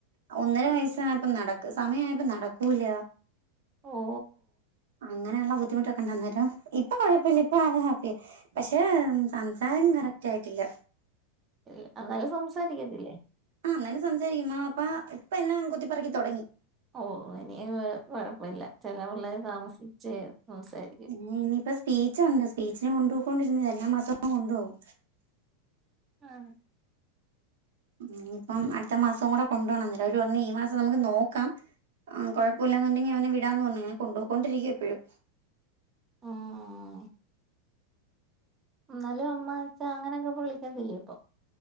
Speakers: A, on the right; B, on the right.
A: ഒന്നര വയസ്സായപ്പൊ നടക്കും സമയായപ്പൊ നടക്കൂല
B: ഓഹോ
A: അങ്ങനെള്ള ബുദ്ധിമുട്ട് ണ്ട് അന്നേരം ഇപ്പൊ കൊഴപ്പില്ല്യ ഇപ്പൊ അവൻ ഹാപ്പിയ പക്ഷെ സംസാരം കറക്റ്റായിട്ടില്ല
B: എഹ് അതായത് സംസാരിക്കത്തില്ലേ?
A: ആ എന്നാലും സംസാരിക്കും അമ്മ, പ്പ ഇപ്പൊയെല്ലാം കൊത്തിപ്പൊറക്കി തൊടങ്ങി
B: ഓ എനിയെ കൊഴപ്പല്ല ചെല പിള്ളേര് താമസിച്ചെ സംസാരിക്കു
A: ഇഞ് ഇനിയിപ്പ സ് സ്പീച്ചുണ്ട് സ്പീച്ചിന് കൊണ്ടു പോക്കോണ്ടിരുന്നതാ എല്ലാ മാസവും കൊണ്ടു പോകും
B: ആഹ്
A: ഇഞ്പ്പം അടുത്ത മാസം കൂടെ കൊണ്ട് പോണം എന്ന്ട്ടവര് പറഞ്ഞ് ഈ മാസം കൂടെ നമുക്ക് നോക്കാം ആഹ് കൊഴപ്പവില്ലാന്നുണ്ടെങ്കി അവനെ വിടാന്ന് പറഞ്ഞു അങ്ങനെ കൊണ്ട് പൊക്കോണ്ടിരിക്ക്യ ഇപ്പഴും
B: ആഹ് എന്നാലും അമ്മ, അച്ചാ അങ്ങനെക്കെ ഇപ്പൊ വിളിക്കത്തില്ലേ ഇപ്പൊ?